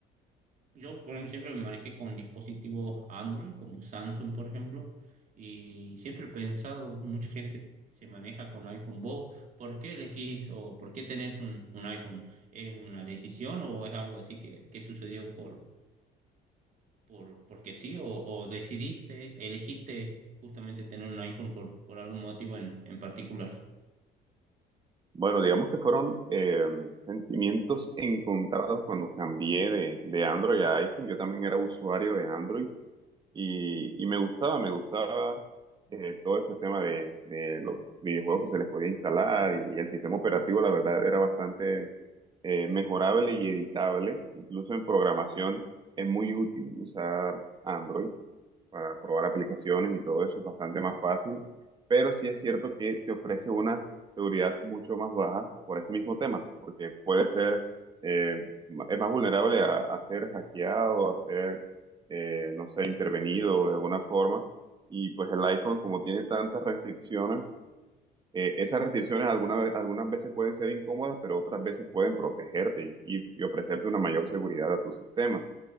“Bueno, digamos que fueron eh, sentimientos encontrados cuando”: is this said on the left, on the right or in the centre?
Right